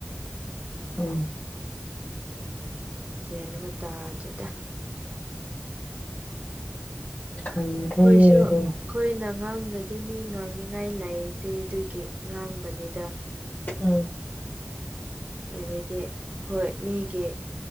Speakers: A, on the left; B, on the right.
A: ꯎꯝ
B: ꯭ꯌꯥꯟꯕ ꯇꯥꯗ꯭ꯔꯗ
A: ꯍꯗꯔꯤ
B: ꯑꯩꯈꯣꯏꯁꯨ ꯑꯩꯈꯣꯏꯅ ꯉꯥꯡꯅ꯭ꯔꯗꯤ ꯃꯤ ꯉꯥꯡꯅꯤꯡꯉꯥꯏ ꯂꯩꯇꯦ ꯑꯗꯨꯒꯤ ꯉꯥꯡꯕꯅꯤꯗ
A: ꯎꯝ
B: <unintelligible> ꯍꯣꯏ ꯃꯤꯒꯤ